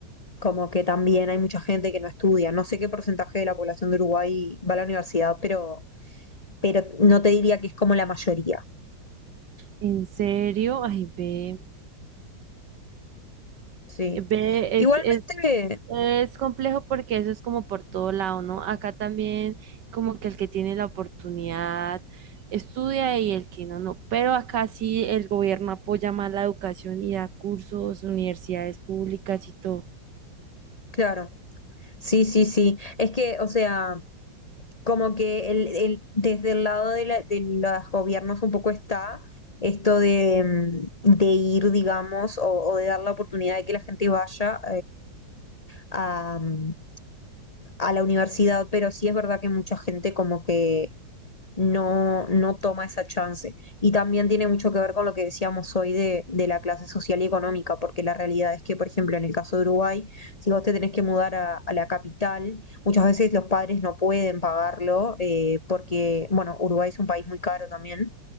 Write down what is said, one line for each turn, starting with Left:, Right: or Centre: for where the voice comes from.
Left: como que también hay mucha gente que no estudia. No sé qué porcentaje de la población de Uruguay va a la universidad, pero, pero no te diría que es como la mayoría.
Right: ¿En serio? Ay, ve,
Left: Sí.
Right: Ve,
Left: Igualmente,
Right: es, es, es complejo porque eso es como por todo lado, ¿no? Acá también como que el que tiene la oportunidad estudia y el que no, no. Pero acá sí el gobierno apoya más la educación y da cursos, universidades públicas y todo.
Left: claro. Sí, sí, sí. Es que, o sea, como que el, el- desde el lado de, la- de los gobiernos un poco está esto de, mm, de ir, digamos, o, o de dar la oportunidad de que la gente vaya eh, a la universidad, pero sí es verdad que mucha gente como que no, no toma esa chance. Y también tiene mucho que ver con lo que decíamos hoy de, de la clase social y económica, porque la realidad es que, por ejemplo, en el caso de Uruguay, si vos te tenés que mudar a, a la capital, muchas veces los padres no pueden pagarlo, eh, porque, bueno, Uruguay es un país muy caro también,